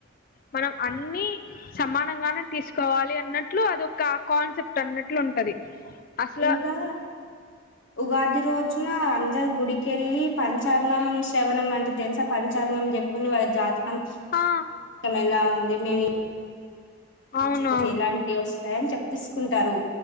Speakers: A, on the left; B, on the left.
A: మనం అన్ని సమానంగానే తీసుకోవాలి అన్నట్లు అదొక కాన్సెప్ట్ టన్నట్లు ఉంటది అసలు
B: ఇంకా ఉగాది రోజున అందరు గుడికెళ్ళి పంచాంగం శ్రవణం అంటే తెలుసా పంచాంగం చెప్ కొన్ని వాళ్ళ జాతకం
A: ఆ
B: ఎలా ఉంది మేమి
A: అవును
B: చుకోచ్చు
A: అవును
B: ఎలాంటివి వస్తాయని చెప్పిసుకుంటారు